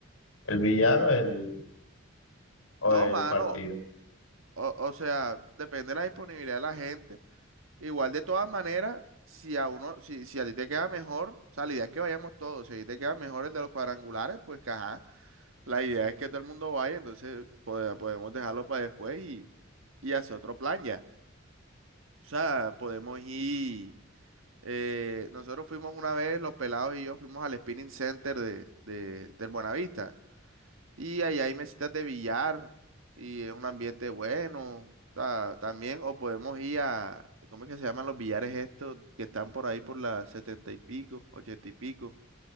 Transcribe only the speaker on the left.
¿El billar o el, o
el
partido?